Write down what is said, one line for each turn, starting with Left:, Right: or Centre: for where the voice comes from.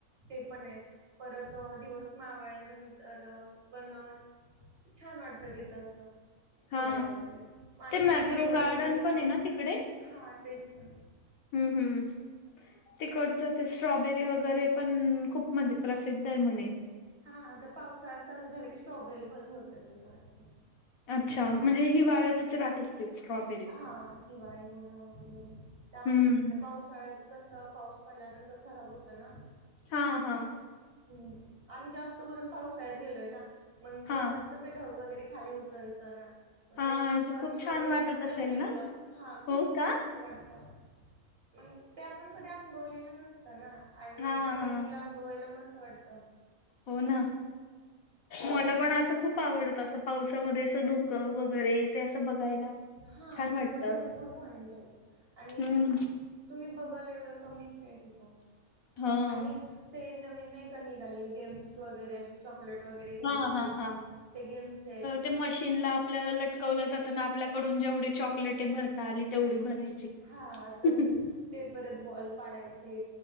Right: ते पण आहेत परत दिवस मावळ्यानंतर पण छान वाटत तथ असं
Left: हा
Right: फिरायला वगैरे आणि
Left: ते मॅप्रो
Right: देवळ
Left: गार्डन
Right: वगैरे पण
Left: आहे
Right: आहेत
Left: ना तिकडे
Right: हा तेच ना
Left: हम हम् तिकडचं ते स्ट्रॉबेरी वगैरे पण खूप म्हणजे प्रसिद्ध आहे म्हणे
Right: हा आता पावसाळ चालू झाला की स्ट्रॉबेरी बंद होतील मला वाटते
Left: अच्छा म्हणजे ही वाऱ्यातच रात असते स्ट्रॉबेरी
Right: हा हिवाळी उन्हाळा वगैरे त्यामध्येच
Left: हम्म
Right: असतं पावसाळ्यात कसं पाऊस पडल्यानंतर खराब होतं ना
Left: हा हा
Right: ् आम्ही जास्त करून पावसाळ्यात गेलोय ना मग
Left: हा
Right: पावसा्याात कस ढग वगैरे खाली उतरत ना मग
Left: हां,
Right: त्याचा स्पर्श
Left: जी खूप छान
Right: वगैरे
Left: वाटत
Right: पण
Left: असेल
Right: करता येतं
Left: ना?
Right: हा खूप
Left: हो
Right: मस्त
Left: का?
Right: वाटत मग ते आपण कधी अनभवलेलं नसतं ना आणि
Left: हां,
Right: त्या
Left: हां.
Right: टाइमिंगला अनभवायला मस्त वाटत
Left: हो ना मला पण असं खूप आवडत असं पावसामध्ये अस धोकं वगैरे ते असं बघायला
Right: हा
Left: छान वाटतं.
Right: तिकडं भरपूर पॉइंट आहे आणि
Left: हं.
Right: तुम्ही बघल एवढं कमीच आहे तिथं
Left: हां.
Right: आणि ते नवीन नाही का निघालले गेम्स वगैरे असे चॉकलेट वगैरे घ्यायचे
Left: हां, हां, हां.
Right: ते गेम्स आहेत
Left: ते मशीनला आपल्याला लटकवलं जात आपल्याकडून जेवढी चॉकलेटे भरता आली तेवढी भरायची
Right: हा तसे
Left: हं,
Right: ते परत बॉल पाडायचे